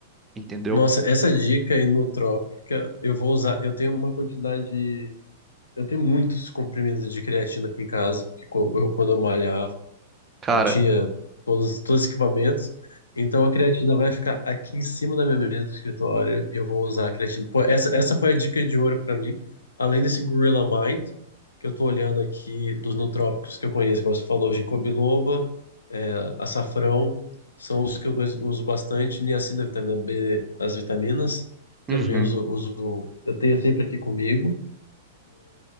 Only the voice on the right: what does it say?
entendeu?
Cara,
uhum.